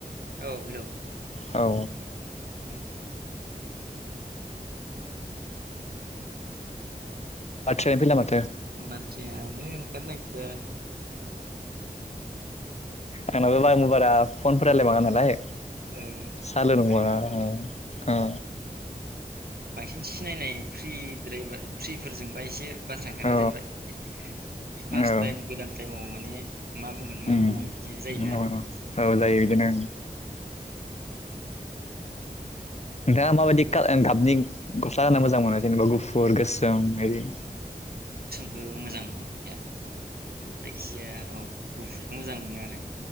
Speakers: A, on the right; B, on the left.
A: औ हेलौ।
B: औ।
A: औ
B: आथसा <unintelligible>
A: बाथ्रायानो ओंखारनो नागिरा।
B: आंनाबो बा मबारा फनफोर रालाय बङा नालाय।
A: औ
B: सालर बाङा
A: आंनाबो
B: ओ।
A: बांसिन सिनायनाय फ्रिद्रायबा फ्रिफोरजोंबा एसे बाथ्रा ओंखारो
B: औ
A: जेनेबा फार्स्ट
B: औ
A: टाइम गोदान टाइमाव माने मा बुंगोन मा
B: उम
A: बुङा इदि जायोना
B: औ औ जायो
A: उम
B: बिदिनो नोंथाङा माबायदि <unintelligible> गाबनि गस्ला गानना मोजां मोनो जेनेबा गुफुर गोसोम बायदि
A: <unintelligible> जायखिाया औ गुफुरखौ मोजां मोनो आरो।